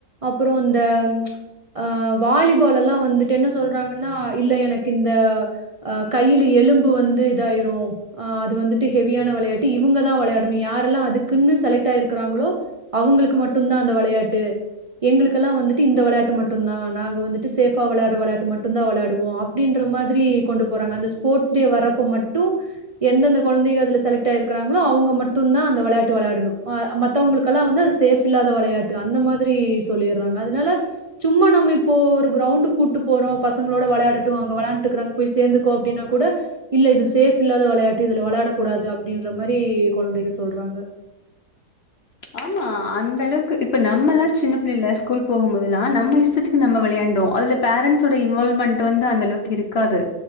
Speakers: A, on the right; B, on the left.
A: அப்ரோ இந்த ஆ வாலிபால் எல்லா வந்துட்டு என்ன சொல்றாங்கன்னா இல்ல எனக்கு இந்த அ கையில எலும்பு வந்து இதாயிரு ஆ அது வந்துட்டு ஹெவியான வெளையாட்டு இவங்கதா வெளையாடணு யாரெல்லா அதுக்குன்னு செலக்ட் ஆயிருக்கிறாங்களோ அவங்களுக்கு மட்டுதா அந்த வெளையாட்டு எங்களுக்கெல்லா வந்துட் இந்த விளையாட்டு மட்டுதா நாங்க வந்துட்டு சேஃபா வெளையடுற வெளையாட்டு மட்டுதா வெளையாடுவோ அப்டின்ற மாறி கொண்டு போறாங்க அந்த ஸ்போர்ட்ஸ் டே வரப்போ மட்டு எந்தெந்த கொழந்தைங்க அதுல செலக்ட் ஆயிருக்காங்களோ அவங்க மட்டுதா அந்த வெளையாட்டு வெளையாடனு மா மத்தவங்களுக்கெல்லா வந்து அது சேஃப் இல்லாத வெளையாட்டு அந்த மாதிரி சொல்லிடுறாங்க அதனால சும்மா நம்ம இப்போ ஒரு கிரௌண்டு கூட்டு போறோ பசங்களோட வெளயாடட்டு அங்க வெளாண்டு இருக்குறாங்க போய் சேர்ந்துக்கோ அப்டின்னா கூட இல்ல இது சேஃப் இல்லாத வெளையாட்டு இதுல வெளாடக் கூடாது அப்டின்ற மாறி கொழந்தைங்க சொல்றாங்க
B: ஆமா அந்த அளவுக்கு இப்ப நம்மலா சின்ன பிள்ளைல ஸ்கூல் போகும்போதெல்லா நம்ம இஷ்டத்துக்கு நம்ம வெளையாண்டோ அதுல பேரன்ட்ஸ் ஒட இன்வால்வ்மெண்ட் வந்து அந்த அளவுக்கு இருக்காது